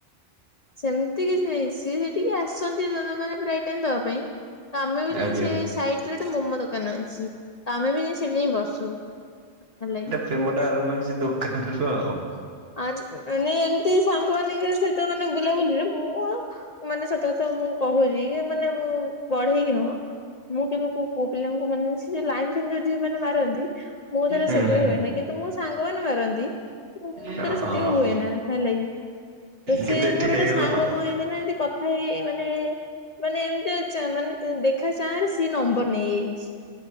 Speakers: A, on the left; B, on the right.
A: ସେମିତି କିଛି ନାଇଁ ସିଏ ସେଠିକି ଆସନ୍ତି ଜନ ମାନେ ପ୍ରାଏ ଟାଇମ ଦବା ପାଇଁ। ଆମେ ବି ଜାଇଚି
B: ଆଜ୍ଞା
A: ସାଇଟ ରେ ଗୋଟେ ମୋମୋ ଦୋକାନ ଅଛି ତମେ ବି ଏ ସେଠି ଯାଇ ବସୁ ହେ ଲାଗି।
B: ପ୍ରେମଟା ଆରମ୍ଭ ହେଇଚି ଦୋକାନରୁୁ ଆଉ।
A: ଆ ମାନେ ଏମିତି ସାଙ୍ଗମାନେଙ୍କ ସହିତ ମାନେ ବୁଲାବୁଲିରେ ମୁଁ ମାନେ ସତ କଥା ମୁଁ କହୁଜି। ଟ ମାନେ ବଢେଇକି ନୁହଁ ମୁଁ କେବେ କୋଉ ପୁଅ ପିଲାଙ୍କୁ ମାନେ ଲାଇନ୍ ଯ ଝିଅ ମାନେ ମାରନ୍ତି ମୁଁ ତର
B: ହୁଁ
A: ସେଗୁଡା
B: ହୁଁ
A: ହୁଏନି କିନ୍ତୁ ମୋ ସାଙ୍ଗମାନେ ମାରନ୍ତି। ମୋ
B: ହଁ
A: ତରେ ସେତିକି ହୁଏ ନା ହେଲେ କିି ତ ସିଏ
B: କିନ୍ତୁ ଏଠି
A: ମୋର
B: ହେଇଗଲା
A: ଗୋଟେ ସାଙ୍ଗ
B: ଆଉ
A: କଣ ନା କଥା ହେଇ ହେଇ ମାନେ ମାନେ ଏମିତି ମାନେ ଦେଖା ଚାଁରେ ସିଏ ନମ୍ବର ନେଇଯାଇଚି।